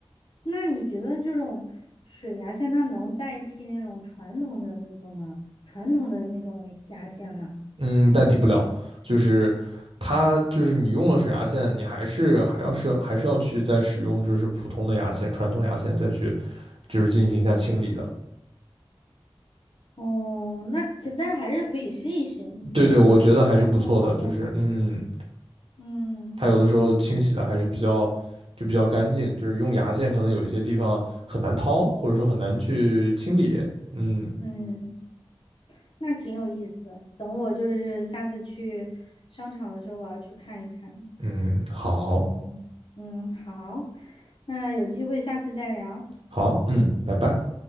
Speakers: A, on the left; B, on the right.
A: 那你觉得这种水牙线它能代替那种传统的那个吗？传统的那种牙线吗？
B: 嗯，代替不了，就是它就是你用了水牙线，你还是还要是还是要去再使用就是普通的牙线、传统牙线再去就是进行一下清理的。
A: 哦，那就但是还是可以试一试，
B: 对对，
A: 可以可以，
B: 我觉得还是不错的，
A: 种草种草。
B: 就是嗯，
A: 嗯
B: 它有的时候清洗的还是比较就比较干净，就是用牙线可能有一些地方很难掏，或者说很难去清理。嗯
A: 嗯，那挺有意思的。等我就是下次去商场的时候，我要去看一看。
B: 嗯，好，
A: 嗯，嗯，好，那有机会下次再聊。
B: 好，嗯，拜拜。